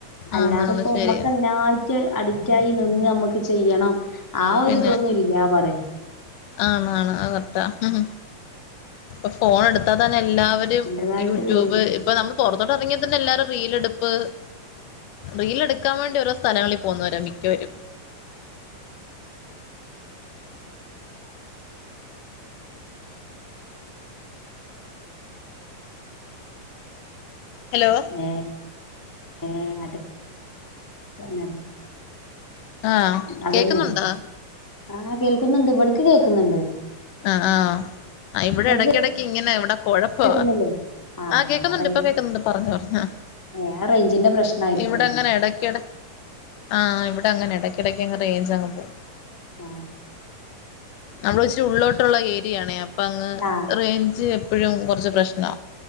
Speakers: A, on the left; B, on the left.
A: അല്ലാതെ
B: ആന്നാന്ന്
A: ഇപ്പോ
B: ശരിയാ
A: മ്മക്ക് അയിനായിറ്റ് അഡിക്റ്റായി നിന്ന് നമ്മുക്ക് ചെയ്യണം ആ ഒരു
B: പിന്നെ
A: ഇതൊന്നും ഇല്ല പറയാ
B: ആണാണ് അകരറ്റാ ഉ ഇപ്പൊ ഫോൺ എടുത്താ തന്നെ എല്ലാവരും
A: അയ്ന്റേതായിട്ടുള്ളതൊന്നും
B: യൂട്യൂബ്
A: ഇല്ല
B: ഇപ്പൊ നമ്മൾ പുൊറത്തോട്ട് ഇറങ്ങിയ തന്നെ എല്ലാരും റീലടുപ്പ് റീൽ എടുക്കാൻ വേണ്ടി ഓരോ സ്ഥലങ്ങളി പോന്നവരാ മിക്കവരും ഹലോ
A: <unintelligible>
B: ആഹ്
A: അതന്നെയ
B: കേക്കുന്നുണ്ടോ
A: ആഹ് കേൾക്കുന്നുണ്ട് ഇവടക്ക് കേൾക്കുന്നുണ്ട്
B: ആഹ് ആഹ് അഹ് ഇവിടെ
A: ഇങ്ങക്ക്
B: ഇടക്ക ഇടക്ക് ഇങ്ങനെ ഇവിടെ കുഴപ്പവാ
A: കേൾക്കുന്നില്ലേ ആ
B: ആഹ് കേക്കുന്നുണ്ട്
A: റേ
B: ഇപ്പൊ കേക്കുന്നുണ്ട് പറഞ്ഞേ ആഹ്
A: ആ റേഞ്ചിന്റെ പ്രശ്നായിരിക്കും
B: ഇവിടെങ്ങന
A: എന്നാല്
B: എടക്കടെ ആഹ് ഇവിടെങ്ങന എടക്കിടയ്ക്ക് അങ്ങ് റേഞ്ച് അങ്ങ് പോവും
A: ആ
B: നമ്മള ഇച്ചിരി ഉള്ളിലോട്ടുള്ള ഏരിയയാണേ അപ്പ അങ്ങ്
A: ആ
B: റേഞ്ച് എപ്പഴും അങ്ങ് കെറച്ച് പ്രശ്നാ